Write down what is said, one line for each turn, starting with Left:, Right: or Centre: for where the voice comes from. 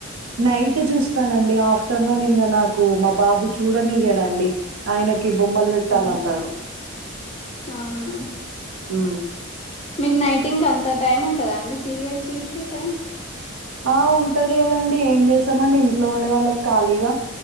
Right: నైట్ చూస్తానండి ఆఫ్టర్నూన్ ఇంకా నా కు మా బాబు చూడని చేడండి ఆయనకి బొమ్మలు పెట్టాలంటాడు
Left: అవును అవును
Right: ఉ
Left: మీకు నైటింగ్ అంత టైం ఉంటుందా అండి సీరియల్స్ చూసే టైం
Right: ఆ ఉంటది కదండి ఏం చేసామండి ఇంట్లో ఉండే వాళ్ళకి ఖాళీగా